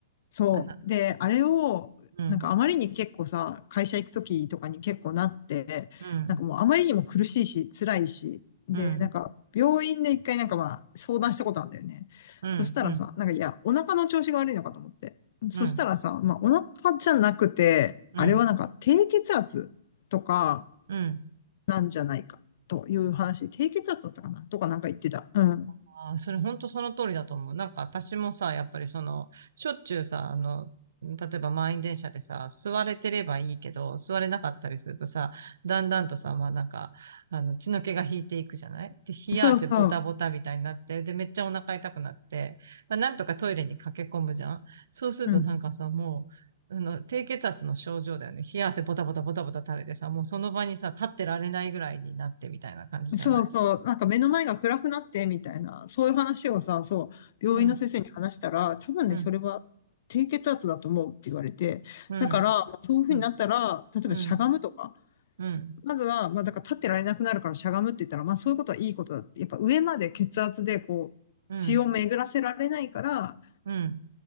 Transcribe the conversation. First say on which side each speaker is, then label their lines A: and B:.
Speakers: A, on the left; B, on the right.
A: そう。
B: 朝。
A: で、あれを、
B: うん
A: なんかあまりに結構さ、会社行くときとかに結構なって、
B: うん、
A: なんかもうあまりにも苦しいし、辛いし、で、
B: うん、
A: なんか病院で一回なんかまあ相談したことあるんだよね。
B: うん、
A: そしたらさ、
B: うん、
A: なんかいや、お腹の調子が悪いのかと思って。そしたらさ、
B: うん、
A: まあお腹じゃなくて、
B: うん、
A: あれはなんか低血圧とか
B: うん、
A: なんじゃないかという話、低血圧だったかなとかなんか言ってた。うん。
B: あー、それ本当その通りだと思う。なんか私もさ、やっぱりその、しょっちゅうさ、あの、例えば満員電車でさ、座れてればいいけど、座れなかったりするとさ、だんだんとさ、まあなんか、あの、血の気が引いていくじゃないで、冷や汗ボタボタみたいになって、
A: そうそう。
B: で、めっちゃお腹痛くなって、まあ、なんとかトイレに駆け込むじゃんそうするとなんかさ、
A: うん
B: もう、あの、低血圧の症状だよね。冷や汗ボタボタボタボタ垂れてさ、もうその場にさ、立ってられないぐらいになってみたいな感じじゃない
A: そうそう、なんか目の前が暗くなってみたいな、そういう話をさ、そう、病院の先生に話したら、
B: うん、
A: 多分ね、
B: うん、
A: それは低血圧だと思うって言われて、
B: うん。
A: だから、まあそういうふうになったら、
B: うん
A: 例えばしゃがむとか、
B: うん、うん、
A: まずは、まあだから立ってられなくなるからしゃがむって言ったら、まあそういうことはいいことだって、やっぱ上まで血圧でこう、
B: うん、
A: 血を巡らせられないから、
B: うん。